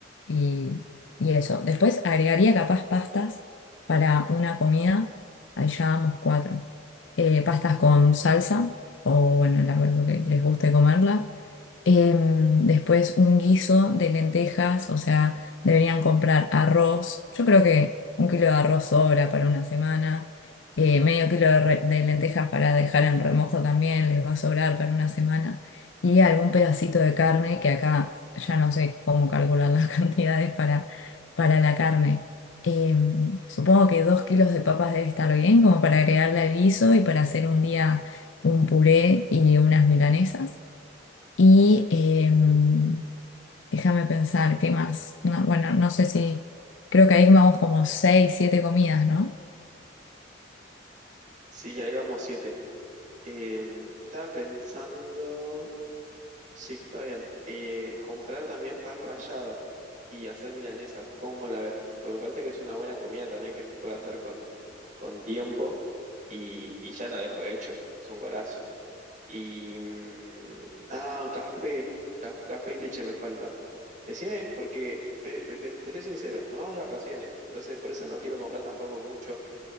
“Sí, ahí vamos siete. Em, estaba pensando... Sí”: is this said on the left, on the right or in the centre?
Right